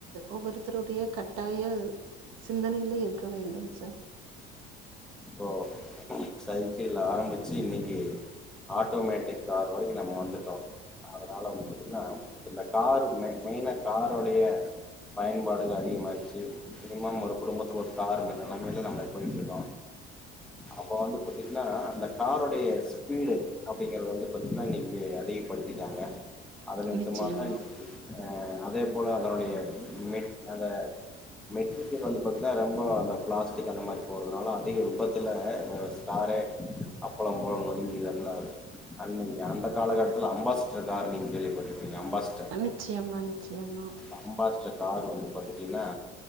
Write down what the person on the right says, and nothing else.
ஒவ்வொரு ஒத்தருடைய கட்டாய சிந்தனையில இருக்க வேண்டும் சார்
நிச்சயமா,
நிச்சியம்மா நிச்சியம்மா